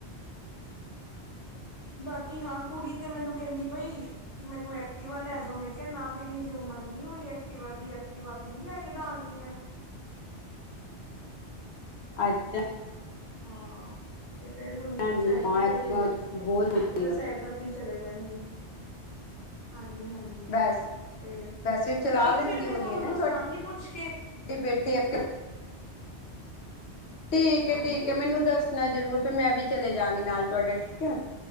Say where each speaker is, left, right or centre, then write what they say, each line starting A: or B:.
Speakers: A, on the left; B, on the left.
A: <inaudible> ਬਾਕੀ ਹਾਂ ਕੁੜੀ ਤੇ ਮੈਨੂੰ ਕਹਿੰਦੀ ਪਈ, ਕਿ ਮੈਨੂੰ ਐਕਟਿਵਾ ਲੈ ਦੋ ਮੈਂ ਕਿਹਾ ਨਾ ਤੇਰੀ ਹਜੇ ਉਮਰ ਨੀ ਹੋਈ ਐਕਟੀਵਾ ਦੀ ਐਕਟੀਵਾ ਤੇ ਨਹੀਂ ਲੈ ਕੇ ਦਵਾਂਗੀ ਮੈਂ।
B: ਅੱਛਾ
A: ਹਾਂ ਤੇ ਫੇਰ ਹੁਣ
B: ਹਾਂਜੀ
A: ਸਾਈਕਲ
B: ਬਹੁਤ
A: ਲੈ ਕੇ ਦਿੱਤੀ ਹੈ
B: ਛੋਟੀ
A: ਤੇ ਫਿਰ
B: ਆ
A: ਸਾਈਕਲ ਤੇ ਹੀ ਚਲੇ ਜਾਣਗੇ। ਹਾਂਜੀ-ਹਾਂਜੀ
B: ਬਸ
A: ਤੇ,
B: ਵੈਸੇ ਉਹ ਚਲਾ
A: ਚਲੋ
B: ਲੈਂਦੀ
A: ਫਿਰ, ਮੈਂ
B: ਹੋਣੀ
A: ਤੁਹਾਨੂੰ
B: ਹੈ ਨਾ
A: ਦੱਸਾਂਗੀ
B: ਤੁਹਾਡੀ
A: ਪੁੱਛਕੇ।
B: ਬੇਟੀ ਐਕਟਿਵਾ ਠੀਕ
A: ਹਾਂਜੀ
B: ਏ, ਠੀਕ ਏ, ਮੈਨੂੰ ਦੱਸਣਾ ਜਰੂਰ ਫੇਰ ''ਮੈਂ ਵੀ ਚਲੇ ਜਾਂਗੀ ਨਾਲ ਤੁਹਾਡੇ, ਠੀਕ ਹੈ।